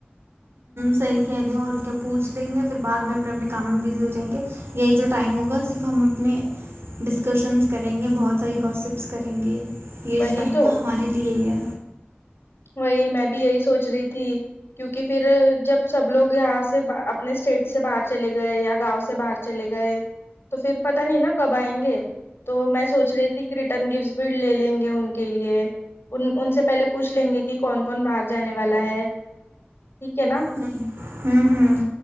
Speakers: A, on the right; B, on the left.
A: صحیح کہہ رہ ہو اور کیا پوچھ لیں گے پھر بعد میں اپنے اپنے کام میں بزی ہو جائیں گے یہی جو ٹائم ہوگا صرف ہم اپنے ڈسکشنس کریں گے بہت ساری گوسپس کریں گے یہ
B: وہی
A: جوٹائ
B: تو
A: ہے ہمارے لیے یہ
B: بائی میں بھی یہی سوچ رہی تھی کیونکہ پھر جب سب لوگ یہاں سے اپنے اسٹیٹ سے باہر چلے گئے یا گاؤں سے باہر چلے گئے تو پھر پت نہیں نا کب آئیں گے تو میں سوچ رہی تھی کہ ریٹرن گفٹ بھی لے لیں گے ان کے لیے ان ان سے پہلے پوچھ لیں گے کہ کون کون باہر جانے والا ہے ٹھیک ہے نا
A: ہوں ہوں ہوں